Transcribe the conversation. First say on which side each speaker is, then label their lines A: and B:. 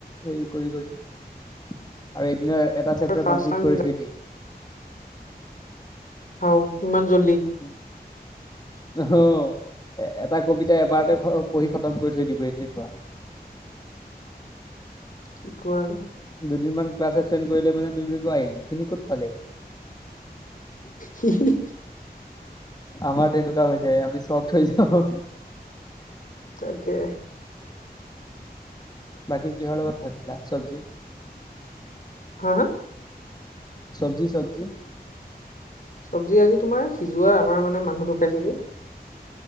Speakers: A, on the left; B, on the left.
A: হেৰি কৰি কৰি। আৰু এদিনৰ এটা চেপটাৰ
B: ফাৰ্ষ্ট
A: কমপ্লিট
B: টাইম
A: কৰি থৈ দিয়ে।
B: হাও ইমান জলি?
A: <unintelligible> অ' এটা কবিতা এবাৰতে পঢ়ি খতম কৰি থৈ দিব এনেকোৱা।
B: কি কোৱা আৰু?
A: দুদিনমান ক্লাছ এপচেণ্ট কৰিলে মানে তুমি নোপোৱাই এইখিনি ক'ত পালি?
B: হিঁ হিঁ
A: আমাৰ টো তেনেকুৱা হৈ যায় আমি চক্ হৈ যাওঁ।
B: তাকে।
A: বাকী কিহৰ লগত ভাত খালা চব্জি?
B: হা হা?
A: চব্জি চব্জি?
B: চব্জি আজি তোমাৰ সিজুৱা আমাৰ মানে মানুহ ঢুকাইছে যে।